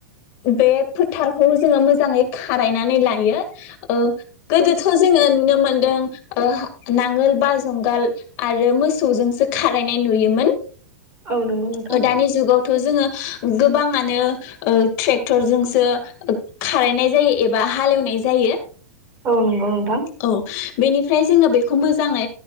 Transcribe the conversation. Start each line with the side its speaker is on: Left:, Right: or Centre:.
Left: बे फोथारखौ जोंङो मोजांङै खारायनानै लायो ओ गोदोथ' जोंङो नुनो मोनदों ओ नांगोल बा जुंगाल आरो मोसौजोंसो खारायनाय नुयोमोन।
Right: औ नंगौ नोंथां
Left: ओ दानि जुगावथ' जोंङो गोबांङानो ओ ट्रेक्टरजोंसो खारायनाय जायो एबा हालेवनाय जायो।
Right: औ नंगौ नोंथां
Left: औ बेनिफ्राय जोंङो बेखौ मोज जांङै